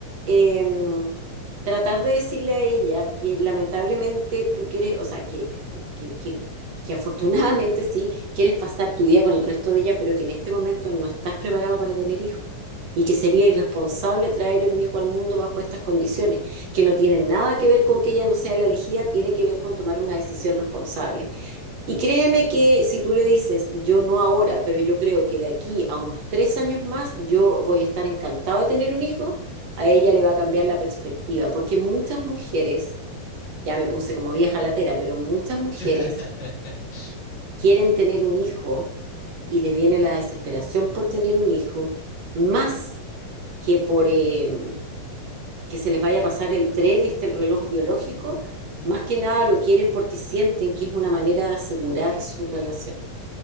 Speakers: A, on the right (about 60°); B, on the left (about 50°).
A: em, tratar de decirle a ella que lamentablemente tú quieres, o sea, que, que, que, que afortunadamente sí, quieres pasar tu vida con el resto de ella, pero que en este momento no estás preparado para tener hijos y que sería irresponsable traer un hijo al mundo bajo estas condiciones, que no tienen nada que ver con que ella no sea la elegida, tiene que ver con tomar una decisión responsable. Y créeme que si tú le dices, yo no ahora, pero yo creo que de aquí a unos tres años más, yo voy a estar encantado de tener un hijo, a ella le va a cambiar la perspectiva, porque muchas mujeres, ya me puse como vieja latera, pero muchas mujeres
B: <laughs>
A: quieren tener un hijo y les viene la desesperación por tener un hijo, más que por eh, que se les vaya a pasar el tren, este el reloj
B: El,
A: biológico,
B: el tiempo. Ujú.
A: más que nada lo quieren porque sienten que es una manera de asegurar su relación.